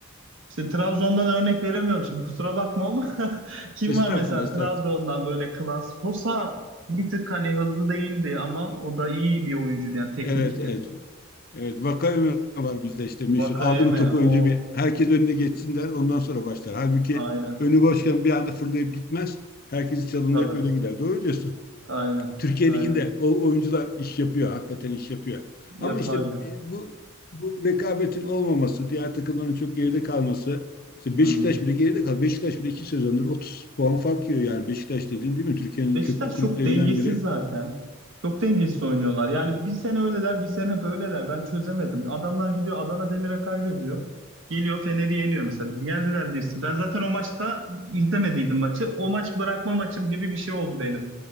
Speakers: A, on the right; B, on the left.
A: İşte Trabzon'dan örnek veremiyorum şimdi kusura bakma ama <laughs> kim
B: Estağfurullah,
A: var mesela
B: estağfurullah.
A: Trabzon'dan böyle klas? Sosa bir tık hani hızlı değildi ama o da iyi bir oyuncuydu yani teknikti.
B: Evet, evet. Evet, vaka öme var bizde işte meşhur.
A: Vakayeme
B: Aldı mı topu
A: o
B: önce bir herkes önüne geçsin der, ondan sonra başlar. Halbuki
A: aynen
B: önü boşken bir anda fırlayıp gitmez. Herkesi çalımlayıp
A: tabii
B: öyle gider. Doğru diyorsun.
A: aynen
B: Türkiye
A: aynen
B: Ligi'nde o oyuncular iş yapıyor, hakikaten iş yapıyor.
A: yapar
B: Ama işte
A: ya.
B: bu bu rekabetin olmaması, diğer takımların çok geride kalması, işte Beşiktaş
A: Hı.
B: bile geride kaldı. Beşiktaş bile iki sezondur 30 puan fark yiyor yani Beşiktaş dediğin değil mi? Türkiye'nin
A: Beşiktaş
B: köklü kulüplerinden
A: çok dengesiz
B: biri.
A: zaten. Çok dengesiz oynuyorlar. Yani bir sene öyleler, bir sene böyleler. Ben çözemedim. Adamlar gidiyor Adana Demir'e kaybediyor. Geliyor Fener'i yeniyor mesela. Bizi yendiler diyorsun. Ben zaten o maçta izlemediydim maçı. O maç bırakma maçım gibi bir şey oldu benim.